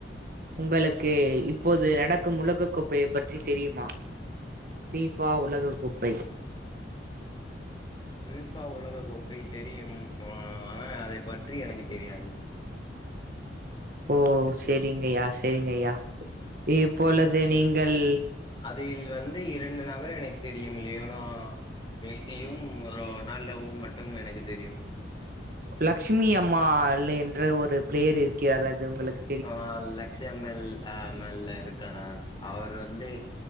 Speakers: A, on the right; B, on the left.
A: உங்களுக்கு இப்போது நடக்கும் உலக கோப்பைய பற்றி தெரியுமா பீஃபா உலக கோப்பை
B: பீஃபா உலக கோப்பை தெரியும் ஆ ஆனா அதை பற்றி எனக்கு தெரியாது
A: ஓ சேரிங்கய்யா சேரிங்கய்யா இப்பொழுது நீங்கள்
B: அதில் வந்து இரண்டு நபர் எனக்கு தெரியும் லியோனோ மெஸியும் ரொனால்டோவு மட்டும் எனக்கு தெரியும்
A: லக்ஷ்மி அம்மாள் என்ற ஒரு பிளேயர் இருக்கிறார் அது உங்களுக்
B: ஆ லக்ஷ் எம்எல் ஆ மல் இருக்கறார் அவர் வந்து